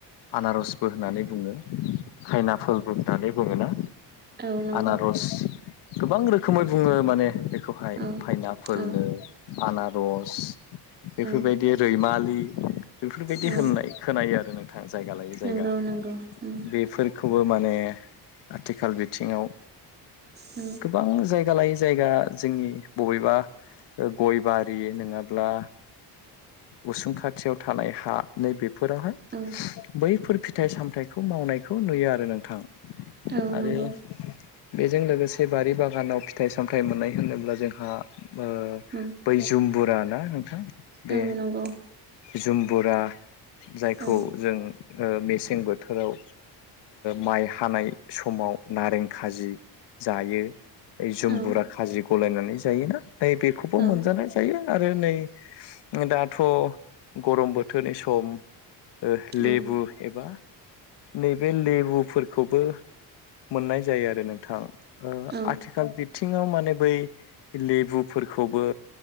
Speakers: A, on the left (about 80°); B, on the right (about 25°).
A: आनारसबो होननानै बुङो खायनाफलबो होननानै बुङोना
B: औ नांगौ
A: आनारस गोबां रोखोमै बुङो माने बेखौहाय
B: औ
A: फाइनापोलनो
B: औ
A: आनारस बेफोरबायदि
B: औ
A: रैमालि बेफोरबायदि
B: औ
A: होननाय खोनायो आरो नोंथां जायगा लायै
B: नंगौ
A: जायगा
B: नंगौ उम
A: बेफोरखौबो माने आथिखाल बिथिङाव
B: औ
A: गोबां जायगा लायै जायगा जोंनि बबेबा गय बारि नङाब्ला उसुं खाथियाव थानाय हा नै बेेफोरावहाय
B: औ
A: बैफोर फिथाइ सामथायाइखौ मावनायखौ नुयो आरो नोंथां।
B: औ
A: आरो
B: नंगौ
A: बेजों लोगोसे बारि बागानाव फिथाइ सामथाइ मोननाय होनोब्ला जोंहा ओ
B: उम
A: बै जुम्बुरा ना नोंथां बे
B: औ नंगौ
A: जुम्बुरा जायखौ
B: औ
A: जों मेसें बोथोराव माइ हानाय समाव नारें खाजि जायो जुमबुरा
B: औ
A: खाजि गलायनानै जायोना बे खौबो
B: औ उम औ
A: मोनजानाय जायो आरो नै दाथ' गरम बोथोरनि सम ओ लेबु
B: औ
A: एबा नैबे लेबुफोरखौबो मोननाय जायो आरो नोंथां ओ
B: औ
A: आथिखाल बिथिं बिथिङाव माने बै लेबुफोरखौबो